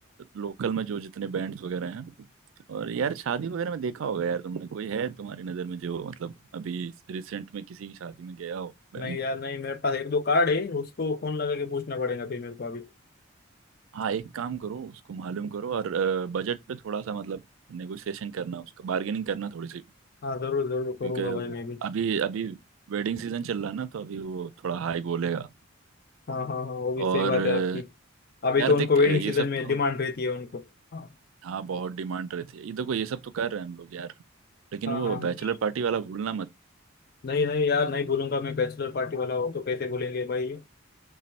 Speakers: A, on the right; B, on the left.
A: लोकल में जो जितने बैंड्स वगैरह हैं और यार शादी वगैरह में देखा होगा यार तुमने कोई है तुम्हारी नज़र में जो मतलब अभी रिसेंट में किसी की शादी में गया हो बैंड
B: नहीं यार नहीं मेरे पास एक दो कार्ड है उसको फोन लगा के पूछना पड़ेगा फिर मेरे को अभी
A: हाँ एक काम करो उसको मालूम करो और बजट पे थोड़ा सा मतलब नेगोशिएशन करना उसका बार्गेनिंग करना थोड़ी सी
B: हाँ जरूर जरूर करूंगा
A: क्योंकि
B: भाई मैं भी
A: अभी अभी वेडिंग सीजन चल रहा है ना तो अभी वो थोड़ा हाई बोलेगा
B: हाँ हाँ हाँ वो भी सही
A: और
B: बात
A: अ,
B: है आपकी अभी
A: यार
B: तो
A: देख
B: उनको वेडिंग
A: अ, ये
B: सीजन
A: सब
B: में
A: तो
B: डिमांड रहती है उनको हाँ
A: हाँ बहुत डिमांड रहती है ये देखो ये सब तो कर रहे हैं हम लोग यार लेकिन
B: हाँ
A: वो
B: हाँ
A: बैचलर पार्टी वाला भूलना मत
B: नहीं नहीं यार नहीं भूलूंगा मैं बैचलर पार्टी वाला हो तो कैसे भूलेंगे भाई